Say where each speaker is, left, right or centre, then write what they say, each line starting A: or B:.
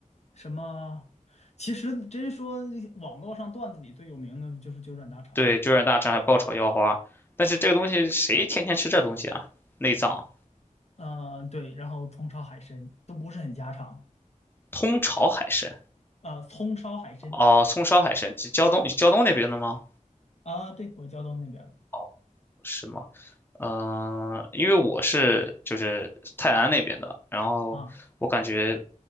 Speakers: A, on the left (about 55°); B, on the left (about 15°).
A: 什么？其实真说网络上段子里最有名的就是九转大肠嘛。
B: 对，就让大肠还爆炒腰花，但是这个东西谁天天吃这东西啊？内脏，
A: 呃，对，然后葱烧海参都不是很家常。
B: 通炒海参，
A: 啊，葱烧海参
B: 哦，葱烧海参，胶东，你胶东那边的吗？
A: 啊，对，我胶东那边儿的
B: 哦，是吗？嗯、呃因为我是就是泰安那边的，然后我感觉
A: 啊。